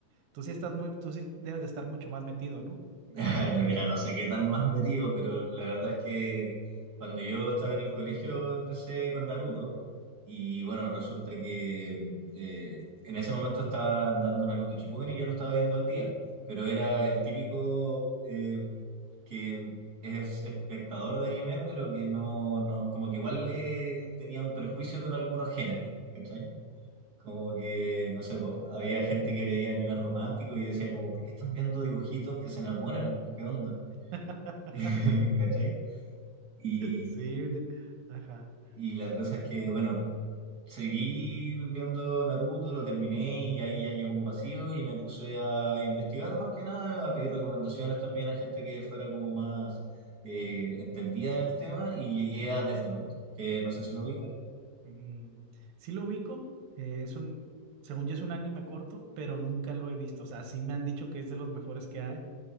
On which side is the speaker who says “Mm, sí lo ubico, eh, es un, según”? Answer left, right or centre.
Right